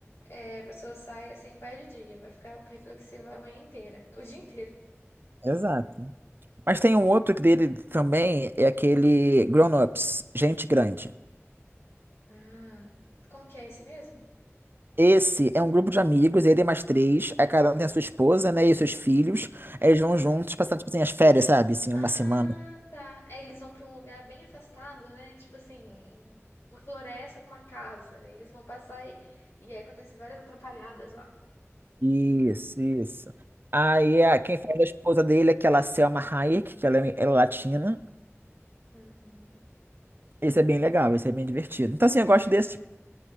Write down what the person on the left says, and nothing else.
é, a pessoa sai assim, perde o dia, vai ficar reflexiva a manhã inteira, o dia inteiro.
Ah, como que é esse mesmo?
Ah,
tá. Aí eles vão pra um lugar bem afastado, né? Tipo assim, um- uma floresta com uma casa. Aí Eles vão passar e, e aí acontece várias atrapalhadas lá.
Uhum.
É,